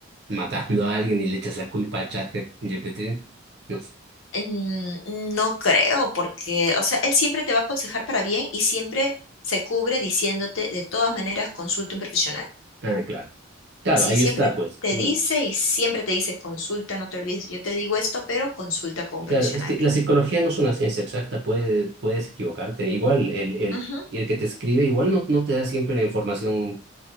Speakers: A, on the right; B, on the left.
A: matando a alguien y le echas la culpa a ChatGPT. No sé.
B: Mm, No creo, porque, o sea, él siempre te va a aconsejar para bien y siempre se cubre diciéndote, de todas maneras, consulta un profesional.
A: Ah, claro. Claro,
B: Sí,
A: ahí
B: siempre
A: está, pues.
B: te
A: Mm,
B: dice y siempre te dice, consulta, no te olvides, yo te digo esto, pero consulta con un profesional.
A: Claro, es que la psicología no es una ciencia exacta, puede, puedes equivocarte. Igual, el, el,
B: Ujú,
A: el que te escribe igual no, no te da siempre la información